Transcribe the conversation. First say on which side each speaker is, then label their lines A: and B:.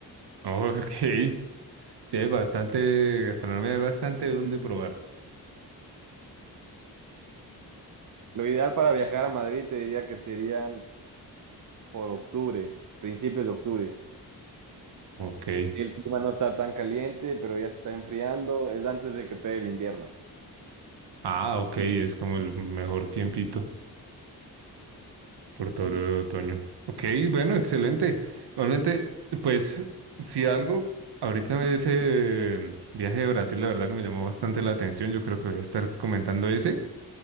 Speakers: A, on the right (about 75°); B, on the right (about 50°).
A: Ok. Sí, hay bastante gastronomía, hay bastante donde probar.
B: Lo ideal para viajar a Madrid te diría que serían por octubre, principios de octubre.
A: Ok.
B: El clima no está tan caliente, pero ya se está enfriando, es antes de que pegue el invierno.
A: Ah, ok, es como el mejor tiempito. Por todo el otoño. Ok, bueno, excelente. Igualmente, pues, si algo, ahorita ese viaje de Brasil, la verdad que me llamó bastante la atención. Yo creo que voy a estar comentando ese